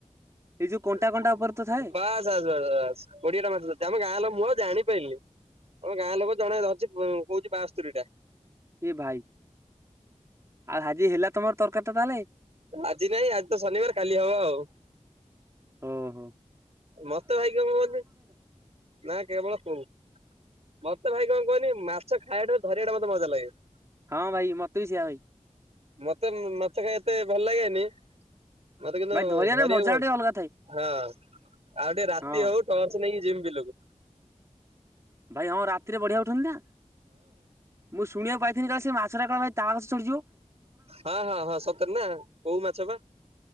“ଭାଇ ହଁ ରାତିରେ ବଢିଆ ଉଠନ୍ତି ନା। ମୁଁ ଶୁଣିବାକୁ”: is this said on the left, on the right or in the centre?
Right